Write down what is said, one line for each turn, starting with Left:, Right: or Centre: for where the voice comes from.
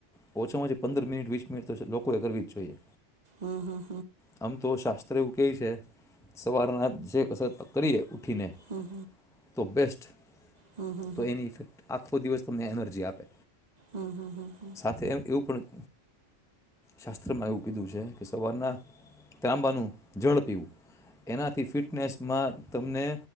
Centre: ઓછામાં ઓછી પંદર મિનટ વીસ મિનિટ તો છે. લોકો કરવી જ જોઈએ.
Right: હમ હમ
Centre: આમ તો શાસ્ત્ર એવું કેય છે સવારના જે કસરત કરીએ ઉઠીને
Right: હમ હમ હમ
Centre: તો બેસ્ટ,
Right: હમ હમ હમ હમ હમ
Centre: તો એની ઇફેક્ટ આ તો દિવસ તમને એનર્જી આપે.
Right: હમ
Centre: સાથે એમ એવું પણ. શાસ્ત્રમાં એવું કીધું છે કે સવારના તાંબાનું જળ પીવું એનાથી ફિટનેસમાં તમને